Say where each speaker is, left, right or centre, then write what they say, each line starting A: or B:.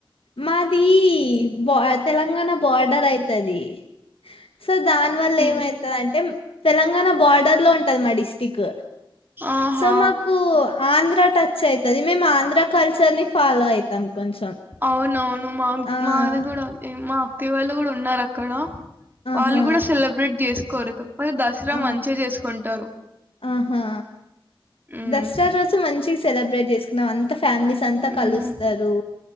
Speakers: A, on the left; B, on the right.
A: మాది బ తెలంగాణ బార్డర్ అయితది స్ సొ దాని వల్ల
B: ఏ
A: ఏమైతదంటే తెలంగాణ బార్డర్ లో ఉంటది మా డిస్టిక్
B: ఆహా
A: సొ మకూ ఆ ఆంధ్ర టచ్ అయితది మేము ఆంధ్ర కల్చర్ని ఫాలో అయితం కొంచెం
B: అవునవును మా
A: ఆ!
B: మాది గూడా ఉంది మా అత్తయ్య వాళ్ళు గూడా ఉన్నారు అక్కడ
A: ఆహా!
B: వాళ్ళు గూడా సెలబ్రేట్ చేసుకోరు కాకపోతే దసరా
A: ఆ!
B: మంచిగా చేసుకుంటారు
A: ఆహా
B: మ్మ్
A: దసరా రోజు మంచిగ సెలబ్రేట్ చేసుకున్నం అంత ఫ్యామిలీస్ అంతా కలుస్తరూ
B: మ్మ్